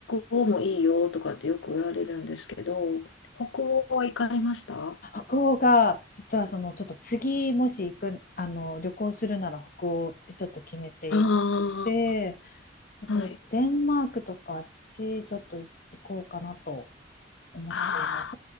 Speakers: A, on the left (about 85°); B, on the left (about 50°).
A: 欧もいいよとかってよく言われるんですけど、北欧は行かれました
B: 北欧が、実はその、ちょっと次もし行く、あの、旅行するなら北欧ってちょっと決めてい
A: あ
B: て、えっと、
A: あーはい。
B: デンマークとかあっち、ちょっと行こうかなと思っています。
A: ああ、